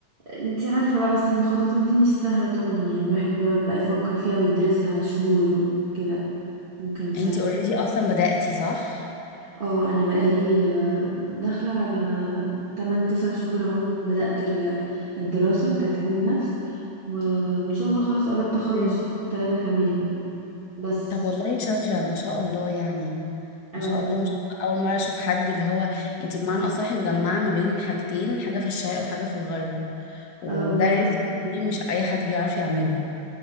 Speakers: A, on the right; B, on the left.
A: انتي عارفة بقى بس المخططات دي مش سهلة طبعا يعني الواحد بيقعد بقى يفكر فيها ويدرسها شهور وكده ممكن سنة
B: انتي اوريدي اصلا بدأتي صح؟
A: اه انا بقالي آه، داخلة على 8 9 شهور اهو بدأت ال- الدراسة بتاعت علم النفس و- وان شاء الله خلاص قربت اخلص
B: مم.
A: شهر ثلاثة كمان يعني بس
B: طب والله شاطرة ما شاء الله يعني
A: اه
B: ما شاء الله
A: بس
B: ما شاء الله. أول مرة أشوف حد اللي هو انتي بمعنى أصح مجمعة ما بين حاجتين حاجة في الشرق وحاجة في الغرب وده
A: اه
B: ريسك
A: <laughs>
B: كبير مش أي حد بيعرف يعمله